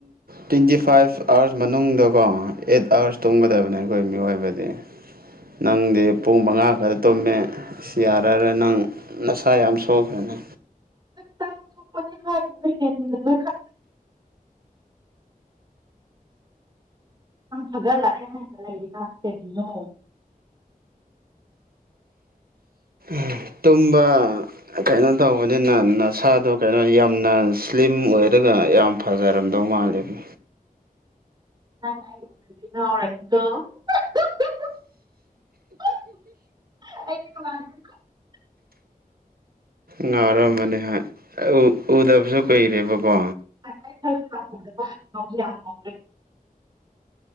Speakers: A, on the right; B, on the right.
A: twenty five hours ꯃꯅꯨꯡꯗꯀꯣ ꯑꯦꯠ ꯑꯥꯋꯔꯁ ꯇꯨꯝꯒꯗꯕꯅꯦ ꯑꯩꯈꯣꯏ ꯃꯤꯑꯣꯏꯕꯗꯤ ꯅꯪꯗꯤ ꯄꯨꯡ ꯃꯉꯥ ꯈꯔ ꯇꯨꯝꯃꯦ ꯌꯥꯔꯔꯦ ꯅꯪ ꯅꯁꯥ ꯌꯥꯝ ꯁꯣꯛꯈ꯭ꯔꯦꯅꯦ
B: ꯈꯛꯛꯇꯥꯡ ꯁꯣꯛꯄꯅꯤ ꯍꯥꯏꯕꯅꯦ ꯍ ꯈ ꯐꯒꯠꯂꯛꯀꯦ ꯍꯥꯏꯅ ꯂꯩꯔꯤꯀ ꯀꯦꯒꯤꯅꯣ
A: ꯎ ꯇꯨꯝꯕ ꯀꯩꯅꯣ ꯇꯧꯕꯅꯤꯅ ꯅꯁꯥꯗꯣ ꯀꯩꯅꯣ ꯌꯥꯝꯅ ꯁ꯭ꯂꯤꯝ ꯑꯣꯏꯔꯒ ꯌꯥꯝ ꯐꯖꯔꯝꯗꯧ ꯃꯥꯜꯂꯕ
B: ꯍꯥꯏꯔꯅꯤꯀꯣ
A: ꯉꯥꯎꯔꯝꯃꯅꯤ ꯍꯥꯏ ꯎ ꯎꯗꯕꯁꯨ ꯀꯨꯏꯔꯦꯕꯀꯣ
B: ꯌꯥꯝ ꯉꯥꯎꯈ꯭ꯔꯦ